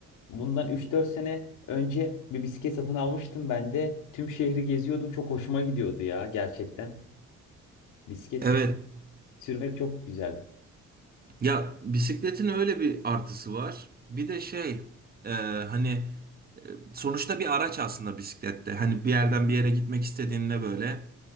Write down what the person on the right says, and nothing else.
Evet.
Ya bisikletin öyle bir artısı var. Bir de şey e, hani e, sonuçta bir araç aslında bisiklette. Hani bir yerden bir yere gitmek istediğinde böyle